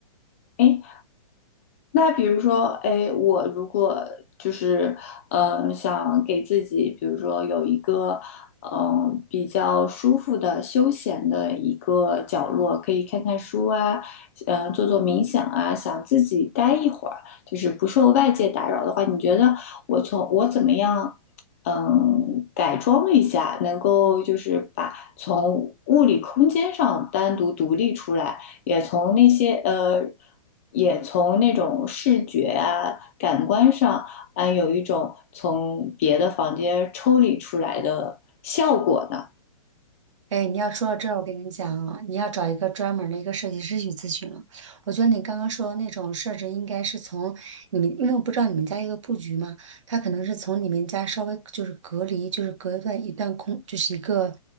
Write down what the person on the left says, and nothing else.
哎，那比如说，哎，我如果就是呃，想给自己，比如说有一个嗯、呃比较舒服的休闲的一个角落，可以看看书啊，呃，做做冥想啊，想自己待一会儿，就是不受外界打扰的话，你觉得我从我怎么样？嗯，改装一下，能够就是把从物理空间上单独独立出来，也从那些呃，也从那种视觉啊、感官上啊，有一种从别的房间抽离出来的效果呢。